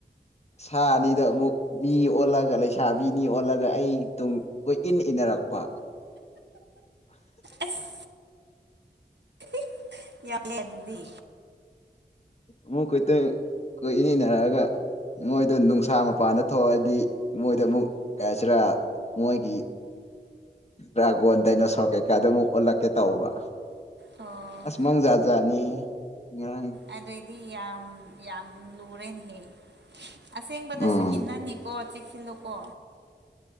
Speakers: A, on the left (about 40°); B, on the right (about 85°).
A: ꯁꯥ ꯑꯅꯤꯗꯣ ꯑꯃꯨꯛ ꯃꯤ ꯑꯣꯜꯂꯒ ꯂꯩꯁꯥꯕꯤꯅꯤ ꯑꯣꯜꯂꯒ ꯑꯩ ꯇꯨꯡ ꯀꯣꯏꯏꯟ ꯏꯟꯅꯔꯛ ꯄꯥ
B: ꯑꯁ <unintelligible> ꯑꯗꯨꯗꯤ
A: ꯑꯃꯨꯛ <unintelligible> ꯀꯣꯏꯏꯟ ꯏꯟꯅꯔꯛꯑꯒ ꯃꯣꯏꯗꯣ ꯅꯨꯡꯁꯥ ꯃꯄꯥꯟꯗ ꯊꯣꯛꯑꯗꯤ ꯃꯣꯏꯗ ꯑꯃꯨꯛ ꯀꯩ ꯍꯥꯏꯁꯤꯔꯥ ꯃꯣꯏꯒꯤ ꯗ꯭ꯔꯥꯒꯣꯟ ꯗꯥꯏꯅꯣꯁꯣꯔ ꯀꯩꯀꯥꯗ ꯑꯃꯨꯛ ꯑꯣꯜꯂꯛꯀꯦ ꯇꯧꯕ
B: ꯑꯣ
A: ꯑꯁ ꯃꯪ ꯖꯥꯠ ꯖꯥꯠꯅꯤ ꯉꯔꯪ
B: ꯑꯗꯨꯑꯣꯏꯗꯤ ꯌꯥꯝ ꯌꯥꯝ ꯂꯨꯔꯦꯅꯦꯍꯦ ꯑꯁꯦꯡꯕꯗꯁꯨ
A: ꯎꯝ
B: ꯏꯟꯅꯅꯤꯀꯣ ꯆꯦꯛꯁꯤꯜꯂꯨꯀꯣ